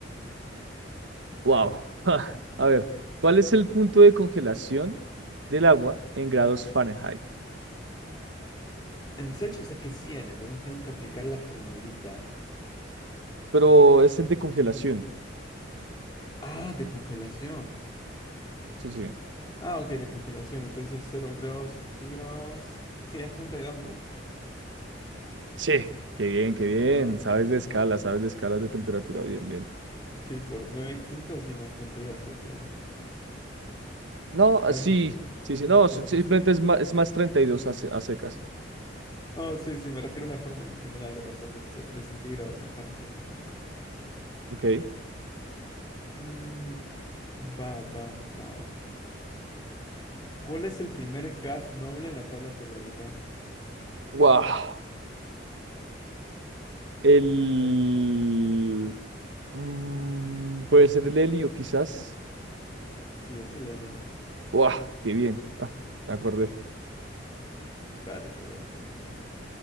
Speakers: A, on the right; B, on the left.
A: Wow. <laughs> A ver, ¿cuál es el punto de congelación del agua en grados Fahrenheit?
B: En Celsius es que es 100, entonces tengo que aplicar la formulita.
A: Pero es el de congelación.
B: Ah, de congelación.
A: Sí, sí.
B: Ah, ok, de congelación. Entonces cero grados centígrados. Sí, es treinta y dos ¿no?
A: Sí. Qué bien, qué bien.
B: Nice,
A: Sabes
B: nice.
A: de escala, sabes de escalas de temperatura. Bien, bien.
B: Sí, por 9 quintos y más 32 creo que era.
A: No, ah,
B: A ver
A: sí,
B: si...
A: sí, sí, no,
B: O
A: si-
B: por...
A: simplemente
B: s-
A: es más, es más 32 a, se- a secas.
B: Oh, sí, sí, me refiero a la fórmula en general de pasar de, ce- de centígrados a Fahrenheit.
A: Ok.
B: Mm, va, va, va. ¿Cuál es el primer gas noble en la tabla periódica?
A: Wow. El...
B: Se lo lees.
A: mm, puede ser el helio, quizás.
B: Sí, ese la leo.
A: Wow, qué bien. Ah, me acordé.
B: Va, te toca, te toca.